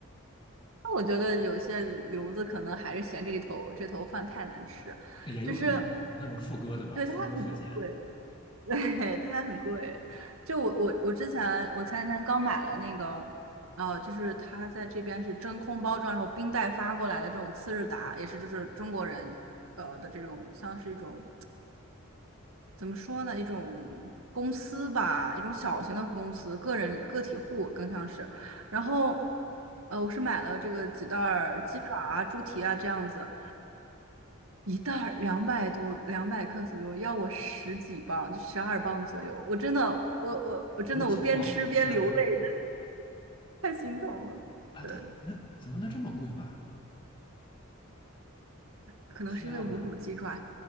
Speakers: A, on the right (about 80°); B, on the left (about 25°).
A: 那我觉得有些留子可能还是嫌这里头这头饭太难吃，
B: <laughs> 也有可能那种副歌，
A: 就是
B: 对吧？
A: 对它很贵，
B: 副歌、副姐。
A: <laughs> 对它很贵。就我我我之前我前几天刚买了那个，呃，就是它在这边是真空包装，然后冰袋发过来的这种次日达，也是就是中国人呃的这种像是一种。怎么说呢？一种公司吧，一种小型的公司，个人个体户更像是。然后，呃，我是买了这个几袋儿鸡爪啊、猪蹄啊这样子，一袋儿两百多，两百克左右，要我十几磅，就十二磅左右。我真的，我我我真的，
B: 日几磅啊！
A: 我边吃边流泪，
B: 天呐，
A: 真的太心疼了。
B: 啊，
A: 对，
B: 它那怎么能这么贵嘛？
A: 可能是因为无骨鸡爪，
B: 天呐，